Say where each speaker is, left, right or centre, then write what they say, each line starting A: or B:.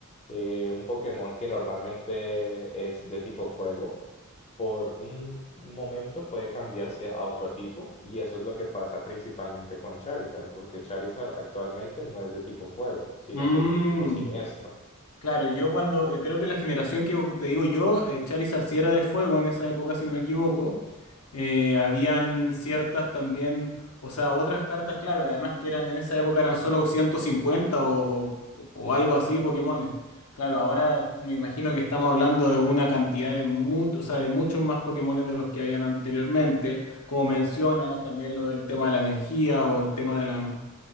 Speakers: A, on the left; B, on the left.
A: eh, un Pokémon que normalmente es de tipo fuego, por un momento puede cambiarse a otro tipo y eso es lo que pasa principalmente con Charizard, porque Charizard actualmente no es de tipo fuego, sino
B: mm.
A: que es de tipo siniestro.
B: Claro, yo cuando, eh, creo que la generación que te digo yo, eh, Charizard sí era de fuego en esa época, si no me equivoco, eh, habían ciertas también, o sea, otras cartas, claro, además que eran en esa época eran solo 150 o, o, o algo así, Pokémones. Claro, ahora me imagino que estamos hablando de una cantidad de, mu- o sea, de muchos más Pokémones de los que habían anteriormente, como mencionas, también lo del tema de la energía o el tema de la...